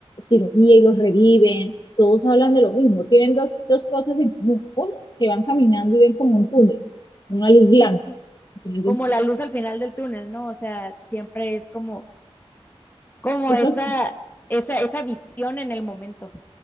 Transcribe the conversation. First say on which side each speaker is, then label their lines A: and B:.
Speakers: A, on the left (about 45°); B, on the left (about 20°).
A: cirugía y los reviven, todos hablan de lo mismo, tienen dos, dos cosas en común, una, que van caminando y ven como un túnel, una luz blanca,
B: Sí, sí, sí.
A: tienen
B: Como la luz al final del túnel, ¿no? O sea, siempre es como, como
A: esos-
B: esa, esa, esa visión en el momento.